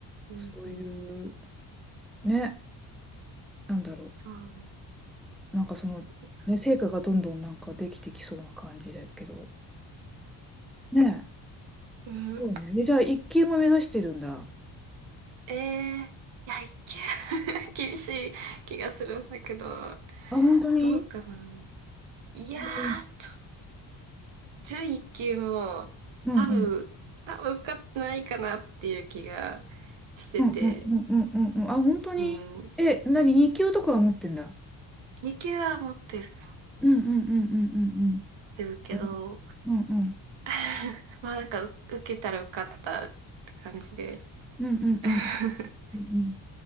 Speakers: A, on the right; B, in the centre.
A: うんうん。
B: そういう、ね、なんだろう。
A: そうです
B: なんかその、
A: ね。いや
B: ね、成果がどんどんなんかできてきそうな感じだけど。ね
A: <laughs> うん。
B: え、すごいね。でじゃあ、一級も目指してるんだ。
A: えー、いや、いけ <laughs> 厳しい気がするんだけど、
B: あ、本当に
A: どうかな。いやー、
B: うん
A: 11級も多分、
B: うん
A: 多分受かってないかなっていう気がしてて、
B: うんうんうんうんうんうん。あ、本当にえ、
A: うん。
B: 何二級とかは持ってんだ。
A: 2級は持ってる、持っ
B: うんうんうんうんうん
A: てるけど、
B: うん。うんうんうん
A: <laughs> まあなんかう受けたら受かったって感じで。
B: うんうんうん
A: <laughs>
B: うんうん